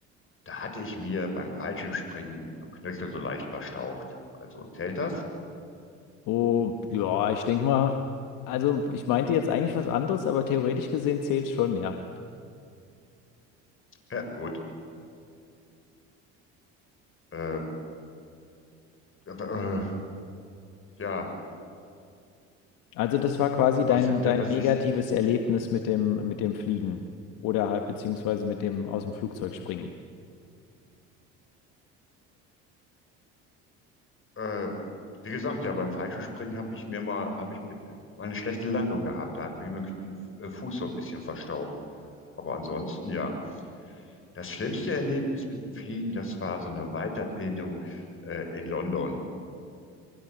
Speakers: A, on the left; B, on the left.
A: Da hatte ich mir beim Fallschirmspringen so einen Knöchel so leicht verstaucht. Also zählt das?
B: Oh, ja, ich denke mal, also ich meinte jetzt eigentlich was anderes, aber theoretisch gesehen zählt schon, ja.
A: Ja, gut. Äh, äh, ja,
B: Also das war quasi dein,
A: was sind
B: dein
A: da, was
B: negatives
A: ist,
B: Erlebnis mit dem, mit dem Fliegen oder halt beziehungsweise mit dem aus dem Flugzeug springen.
A: äh, wie gesagt, ja, beim Fallschirmspringen habe ich mir mal, habe ich mit, äh, mal eine schlechte Landung gehabt. Da hat mir mein Kn- äh, Fuß so ein bisschen verstaucht. Aber ansonsten, ja. Das schlimmste Erlebnis mit dem Fliegen, das war so eine Weiterbildung, äh, in London.